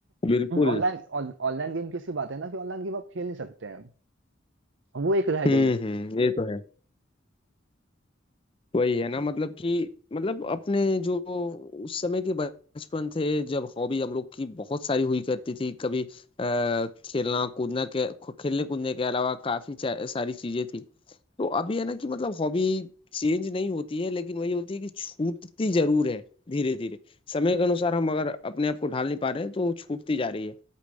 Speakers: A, on the left (about 25°); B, on the right (about 65°).
A: बिल्कुल
B: ऑनलाइन ऑनलाइन गेम की ऐसी बात है ना कि ऑनलाइन गेम आप खेल नहीं सकते हैं वो एक रह गई
A: हम्म
B: है
A: हम्म ये तो है वही है ना मतलब कि मतलब अपने जो उस समय के बचपन थे जब हॉबी हम लोग की बहुत सारी हुई करती थी कभी आ, खेलना कूदना के खेलने कूदने के अलावा काफी चा- सारी चीजें थी तो अभी है ना कि मतलब हॉबी चेंज नहीं होती है लेकिन वही होती है कि छूटती जरूर है धीरे धीरे समय के अनुसार हम अगर अपने आप को ढाल नहीं पा रहे हैं तो वो छूटती जा रही है